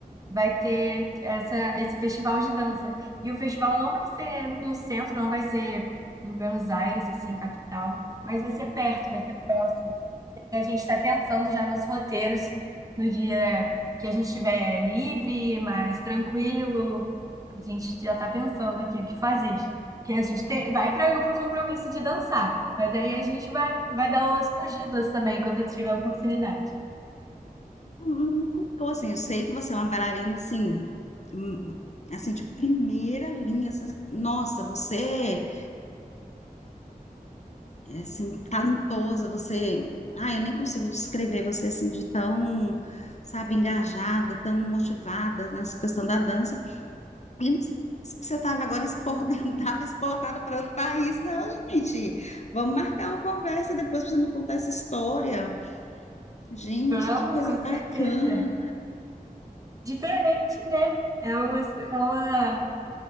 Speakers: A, on the right (about 25°); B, on the left (about 50°).
A: vai ter essa, esse festival de dança. E o festival não vai ser no centro, não vai ser em Buenos Aires, assim, capital, mas vai ser perto, vai ser próximo. E a gente está pensando já nos roteiros no dia que a gente estiver livre, mais tranquilo. A gente já está pensando aqui o que fazer. Porque a gente tem, vai para o compromisso de dançar, mas aí a gente vai, vai dar umas fugidas também quando tiver oportunidade.
B: Não, não me culpou, assim. Eu sei que você é uma bailarina, assim, hum, assim, de primeira linha. assim, nossa, você é, assim, talentosa, você... Ah, eu nem consigo descrever você, assim, de tão, sabe, engajada, tão motivada nessa questão da dança. E não sei se que você estava agora exportada, estava <laughs> exportada para outro país. Não, gente, vamos marcar uma conversa depois para você me contar essa história. Gente,
A: Vamos,
B: que coisa
A: com certeza.
B: bacana.
A: Diferente, né? É uma, é uma,